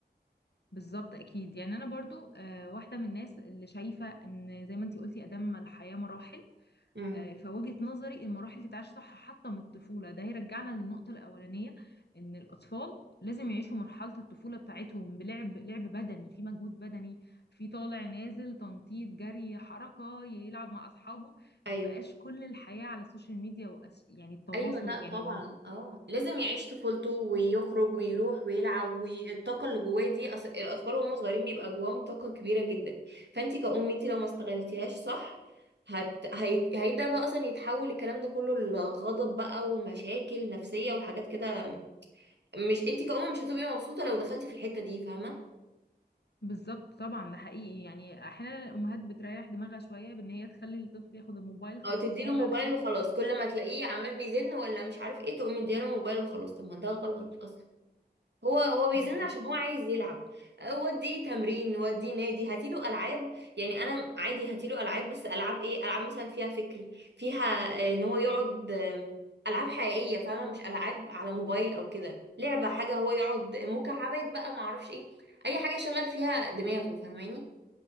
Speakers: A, on the left; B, on the right.
A: بالظبط اكيد يعني انا برضو آه، واحده من الناس اللي شايفه ان زي ما انتي قلتي ادام الحياه مراحل
B: امم
A: آه، فوجهة نظري المراحل تتعاش صح حتى من الطفولة ده هيرجعنا للنقطة الأولانية إن الأطفال لازم يعيشوا مرحلة الطفولة بتاعتهم بلعب لعب بدني في مجهود بدني في طالع نازل تنطيط جري حركة يلعب مع أصحابه
B: ايوه
A: ما يبقاش كل الحياة على السوشيال ميديا وأس... يعني التواصل
B: ايوه لا
A: يعني
B: طبعا اه لازم يعيش طفولته ويخرج ويروح ويلعب والطاقه اللي جواه دي أص... الاطفال وهم صغيرين بيبقى جواهم طاقه كبيره جدا فانت كأم انت لو ما استغلتيهاش صح هت... هي... هيبدا بقى اصلا يتحول الكلام ده كله لغضب بقى ومشاكل نفسيه وحاجات كده مش انت كأم مش هتبقي مبسوطه لو دخلتي في الحته دي فاهمه
A: بالظبط طبعا ده حقيقي يعني أحيانا الأمهات بتريح دماغها شوية بإن هي تخلي الطفل ياخد الموبايل خلاص
B: او تديله
A: ويقعد
B: موبايل
A: على جنب
B: وخلاص كل ما تلاقيه عمال بيزن ولا مش عارف ايه تقوم مديله موبايل وخلاص طب ما ده غلط اصلا هو هو بيزن
A: بالظبط
B: عشان هو عايز يلعب أه، وديه تمرين وديه نادي هاتيله العاب يعني انا عادي هاتيله العاب بس العاب ايه العاب مثلا فيها فكر فيها آه، ان هو يقعد آه، العاب حقيقيه فاهمه مش العاب على موبايل او كده لعبه حاجه هو يقعد مكعبات بقى ما اعرفش ايه اي حاجه يشغل فيها دماغه فاهماني